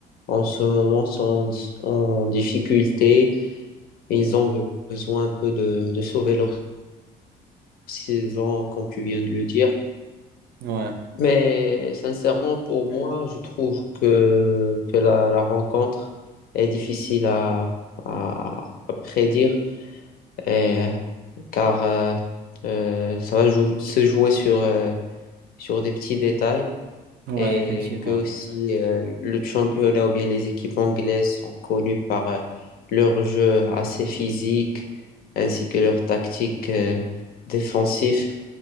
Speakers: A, on the left; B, on the right.
A: en ce moment sont en en difficulté. Ils ont be- besoin un peu de, de sauver leur saison, comme tu viens de le dire.
B: Ouais,
A: Mais sincèrement, pour moi, je trouve que, que la, la rencontre est difficile à, à, à prédire. Et- car euh, euh, ça va jou- se jouer sur, euh, sur des petits détails
B: ouais,
A: et
B: effectivement.
A: que aussi euh, le championnat ou bien les équipes anglaises sont connues par euh, leur jeu assez physique ainsi que leur tactique euh, défensif.